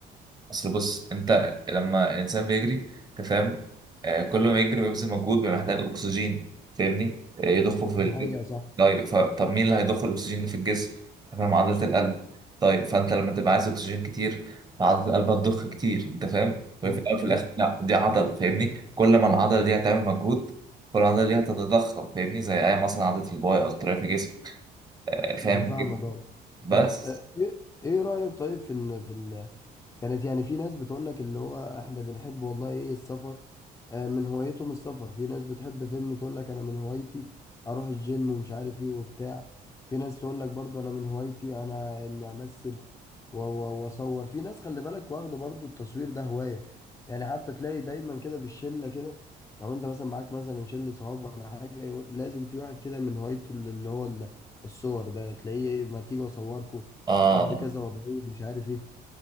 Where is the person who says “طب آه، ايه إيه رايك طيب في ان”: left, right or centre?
Left